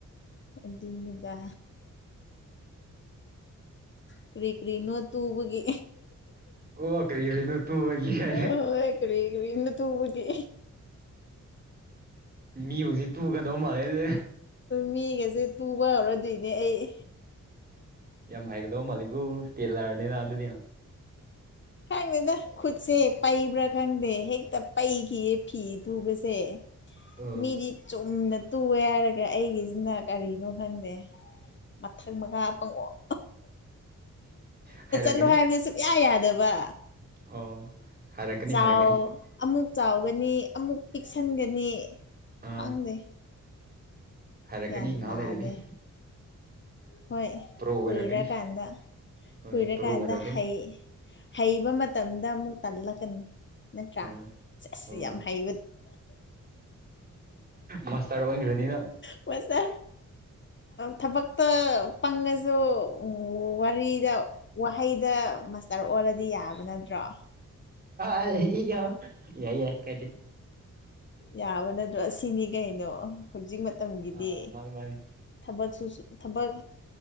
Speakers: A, on the left; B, on the right.
A: ꯑꯗꯨꯗ ꯀꯔꯤ ꯀꯔꯤꯅ ꯇꯨꯕꯒꯤ
B: ꯑꯣ ꯀꯔꯤꯅꯨ ꯇꯨ ꯑ ꯀ
A: ꯍꯣꯏ ꯀꯔꯤ ꯀꯔꯤꯅꯣ ꯇꯨꯕꯒꯤ
B: ꯃꯤ ꯍꯧꯖꯤꯛ ꯄꯨꯨꯒꯗꯧ ꯃꯥꯜꯂꯦꯁ
A: ꯃꯤꯒꯁꯦ ꯇꯨꯕ ꯍꯧꯔꯗꯣꯏꯅꯦ ꯑꯩ
B: ꯌꯥꯝ ꯍꯥꯏꯒꯗꯧ ꯃꯥꯂꯤꯀꯨ ꯇꯦꯜꯂꯔꯅꯤꯅ ꯑꯗꯨꯗꯤ
A: ꯈꯪꯉꯦꯗ ꯈꯨꯠꯁꯦ ꯄꯩꯕ꯭ꯔꯥ ꯈꯪꯗꯦ ꯍꯦꯛꯇ ꯄꯩꯈꯤꯌꯦ ꯐꯤ ꯇꯨꯕꯁꯦ
B: ꯑꯣ
A: ꯃꯤꯗꯤ ꯆꯨꯝꯅ ꯇꯨꯑꯦ ꯍꯥꯏꯔꯒ ꯑꯩꯒꯤꯁꯤꯅ ꯀꯔꯤꯅꯣ ꯈꯪꯗꯦ ꯃꯊꯛ ꯃꯉꯥ ꯄꯪꯉꯛ
B: ꯍꯥꯏꯔ
A: ꯆꯠꯂꯣ ꯍꯥꯏꯕꯗꯤ ꯁꯨꯛꯌꯥ ꯌꯥꯗꯕ
B: ꯑꯣ ꯍꯥꯏꯔꯛꯀꯅꯤ
A: ꯆꯥꯎ
B: ꯍꯥꯏꯔꯛꯀꯅꯤ
A: ꯑꯃꯨꯛ ꯆꯥꯎꯒꯅꯤ ꯑꯃꯨꯛ ꯄꯤꯛꯁꯤꯟꯒꯅꯤ
B: ꯑꯥ
A: ꯈꯪꯗꯦ
B: ꯍꯥꯏꯔꯛꯀꯅꯤ
A: ꯒ꯭ꯌꯥꯟ
B: ꯅꯍꯥꯛ
A: ꯇꯥꯗꯦ
B: ꯂꯩꯔꯗꯤ
A: ꯍꯣꯏ
B: ꯄ꯭ꯔꯣ ꯑꯣꯏꯔꯛꯀꯅꯤ
A: ꯀꯨꯏꯔꯀꯥꯟꯗ
B: ꯍꯣꯏ
A: ꯀꯨꯏꯔꯀꯥꯟꯗ
B: ꯄ꯭ꯔꯣ ꯑꯣꯏꯔꯛꯀꯅꯤ
A: ꯍ ꯍꯩꯕ ꯃꯇꯝꯗ ꯑꯃꯨꯛ ꯇꯜꯂꯛꯀꯅꯤ ꯅꯠꯇ꯭ꯔꯥ
B: ꯍꯣꯏ
A: ꯆꯁꯤ
B: ꯍꯣꯏ
A: ꯌꯥꯝ ꯍꯩ
B: ꯃꯥꯁꯇꯔ ꯋꯥꯒꯅꯤꯅ
A: ꯄꯣꯏꯁꯥ ꯊꯕꯛꯇ ꯄꯪꯉꯁꯨ ꯋꯥꯔꯤꯗ ꯍꯩꯗ ꯃꯥꯁꯇꯔ ꯑꯣꯜꯂꯗꯤ ꯌꯥꯕ ꯅꯠꯇ꯭ꯔꯣ
B: ꯑ ꯏ ꯌꯥꯏ ꯌꯥ ꯀꯥꯏꯗꯦ
A: ꯌꯥꯕ ꯅꯠꯇ꯭ꯔꯣ ꯑꯁꯤꯅꯤ ꯀꯩꯅꯣ ꯍꯧꯖꯤꯛ ꯃꯇꯝꯒꯤꯗꯤ
B: ꯑꯥ ꯃꯥꯅꯤ ꯃꯥꯅꯤ
A: ꯊꯕꯛꯁꯨ ꯊꯕꯛ